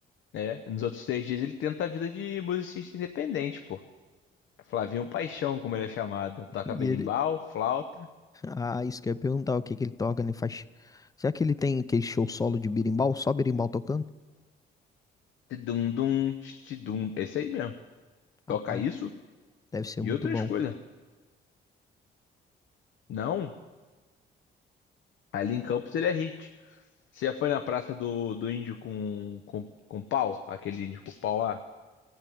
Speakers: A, on the left; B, on the left.
A: É, nos outros três dias ele tenta a vida de musicista independente, pô. Flavinho Paixão, como ele é chamado. Toca
B: E
A: berimbau,
B: ele.
A: flauta,
B: Ah, isso que eu ia perguntar, o que que ele toca, né? Faz. Será que ele tem aquele show solo de berimbau? Só berimbau tocando?
A: tidum-dum, tidum. Esse aí mesmo.
B: Rapaz.
A: Toca isso
B: Deve ser
A: e
B: muito
A: outras
B: bom.
A: coisas. Não, ali em Campos ele é hit. Você já foi na praça do, do índio com, com, com pau? Aquele índio com pau lá?